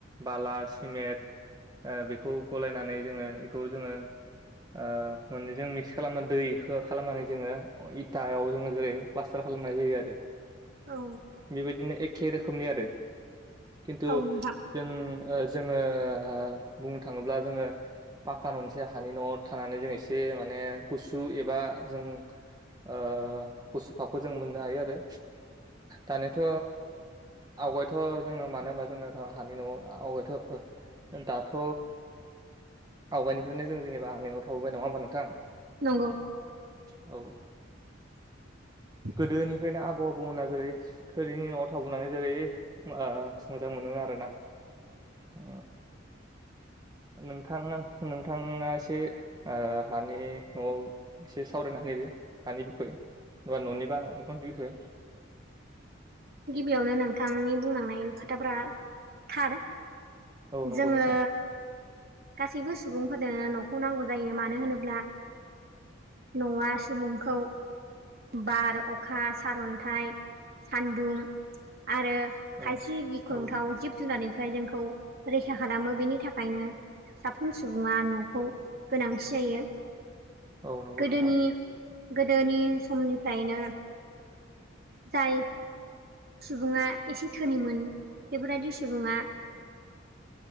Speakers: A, on the right; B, on the right.
A: बाला सिमेन्ट ओ बेखौ गलायनानै जोङो बेखौ जोङो ओ मोननैजों मिक्स खालामना दैखौ खालामनानै जोङो इथायाव जोङो जेरै प्लास्टार खालामनाय जायो आरो
B: औ
A: बेबायदिनो एखे रोखोमनि आरो खिन्थु
B: औ नोंथां
A: जों ओ जोङो बुंनो थाङोब्ला जोङो पाका ननिसाय हानि न'आव थानानै जों एसे माने गुसु एबा जों ओ गुसु भाफखौ जों मोननो हायो आरो दानोथ' आवगायथ' जोङो मानो होनबा जोङो' हानि न'आव आवगायथ' दाथ' आवगायफ्रायनो जों जेनेबा हानि न'आव थाबोबाय नङा होमबा नोंथां
B: नंगौ
A: औ
B: <inaudible>
A: गोदोनिफ्रायनो आबौ आबैमोना जेरै थोरिनि न'आव थाबोनानै जेरै ओ मोजां मोनोमोन आरोना ओ नोंथां नोंथाङा एसे ओ हानि न'आव एसे सावरायनो‌ हायो हानि बिखय एबा न'नि बा न'नि बिखय
B: गिबियावनो नोंथांनि बुंलांनाय खोथाफ्रा थार
A: औ नंगौ
B: जोङो
A: नोंथां
B: गासैबो सुबुंफोरनो न'खौ नांगौ जायो मानो होनोब्ला न'आ सुलुंखौ बार अखा सारअन्थाइ सान्दुं आरो
A: औ
B: खायसे गिख्रंथाव
A: औ
B: जिब जुनारनिफ्राय जोंखौ रैखा खालामो बेनि थाखायनो साफ्रोम सुबुङा न'खौ गोनांथि जायो
A: औ नंगौ
B: गोदोनि
A: नोंथां
B: गोदोनि समनिफ्रायनो जाय सुबुङा एसे धोनिमोन बेफोरबायदि सुबुङा